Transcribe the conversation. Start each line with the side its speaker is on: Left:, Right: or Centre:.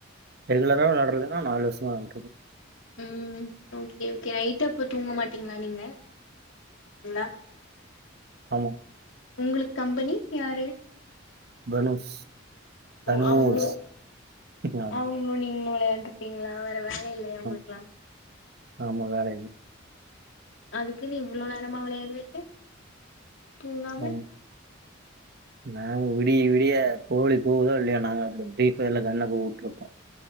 Right: ரெகுலரா வெளாட்றதுன்னா நாலு வருஷமா வெளாண்டுட்ருக்கே
Left: உம் ஓகே ஓகே நைட்டு அப்ப தூங்க மாட் டீங்ளா நீங்க <unintelligible>
Right: ஆஹ்
Left: உங்குளுக் கம்பெனி யாரு
Right: தனுஷ்
Left: ஓ
Right: தனுஷ்
Left: அவுங்ளோ
Right: ஆமா,
Left: அவுங்ளோ நீ னு வெளையாண்ட்ருப்பீங்ளா வேர வே வேல இல்லையா உங்குளுக்கலாம்
Right: ஆமா, ஆமா வேல இல்ல
Left: அதுக்குனு இவ்ளோ நேரமா வெளையாடுவீங்க தூங்காம
Right: ம். நாங்க விடிய விடிய கோழி கூவுதோ இல்லையோ நாங்க அந்த பிரீ ஃபயர்ல கன்ன கூவா விட்டுருக்கோ